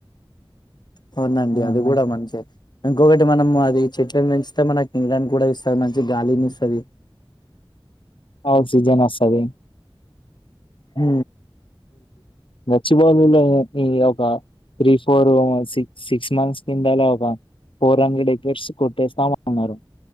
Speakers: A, on the left; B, on the left.
A: అవునండి
B: ఆహా!
A: అది కూడా మంచిగా ఇంకొకటి మనము అది చెట్లను పెంచితే మన తడానికి కూడా ఇస్తుంది మంచి గాలిని ఇస్తుంది
B: ఆక్సిజెన్ వస్తది
A: హ
B: నచ్చిపోలో ఈ ఒక three four sick six months కిందలా ఒక ఫోర్ హండ్రెడ్ ఎకర్స్ కొట్టేస్తామన్నారు